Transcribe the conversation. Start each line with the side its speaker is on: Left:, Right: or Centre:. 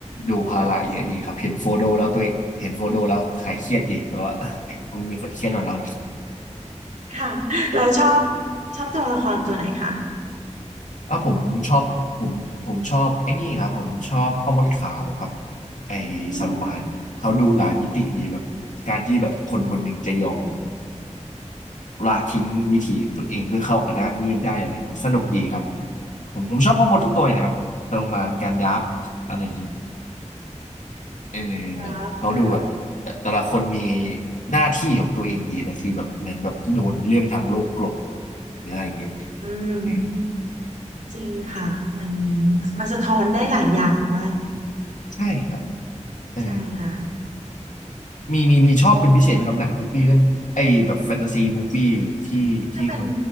Left: ดูภาระเยอะดีครับเห็นโฟโดแล้วตัวเองเห็นโฟโดแล้วหายเครียดดีเพราะว่า
Right: อืม
Left: <laughs> เอมมีคนเครียดกว่าเรา
Right: ค่ะเราชอบชอบตัวละครตัวไหนคะ
Left: อ่ะผมชอบผมผมชอบไอ้นี่ครับผมชอบพ่อมดขาวครับไอ้ซาลูมานเขาดูหลายมิติดีแบบการที่แบบคนคนหนึ่งจะยอมแบบ
Right: อืม
Left: ละทิ้งวิถีของตัวเองเพื่อเข้ากับด้านมืดได้อะไรอย่างนี้สนุกดีครับผมผมชอบพ่อมดทุกตัวเลยนะครับซาลูมานการยับอะไรอย่างนี้เออแบบเขาดูแบบแต่แต่ละคนมี
Right: ครับค่ะ
Left: หน้าที่ของตัวเองดีนะคือแบบเหมือนแบบโดนเรื่องทางโลกกลบหรืออะไรอย่างเงี้ย
Right: อืม
Left: เออ
Right: จริงค่ะมันมันสะท้อนได้หลายอย่างว่า
Left: ใช่ครับเออ
Right: ใช่ค่ะ
Left: มีมีมีชอบเป็นพิเศษนะครับหนังมูปี่เรื่องไอ้แบบแฟนตาซีมูฟวี่ที่ที่คุณ
Right: เป็น